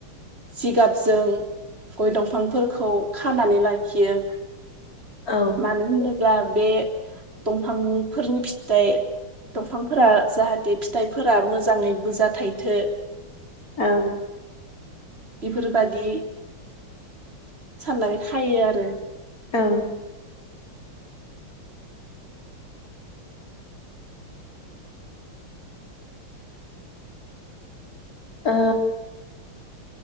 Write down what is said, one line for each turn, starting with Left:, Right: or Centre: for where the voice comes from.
Right: जिगाबजों गय दंफांफोरखौ खानानै लाखियो।
Left: औ
Right: मानो होनो ब्ला बे दंफांनिफोरनि फिथाइ दंफांफोरा जाहाथे फिथाइफोरा मोजाङै बुरजा थाइथो
Left: ओं
Right: बिफोर बायदि साननानै खायो आरो
Left: ओं ओ